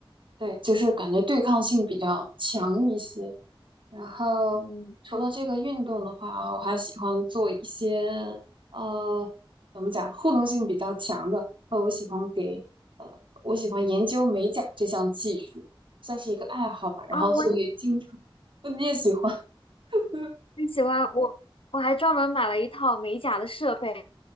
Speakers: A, on the right; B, on the left.
A: 对，就是感觉对抗性比较强一些。然后除了这个运动的话，
B: 嗯，
A: 我还喜欢做一些呃，怎么讲，互动性比较强的。呃，我喜欢给呃，我喜欢研究美甲这项技术，算是一个爱好吧。然后所以经常，
B: 啊，我也
A: <laughs> 你也喜欢，<laughs>
B: 很喜欢，我我还专门买了一套美甲的设备，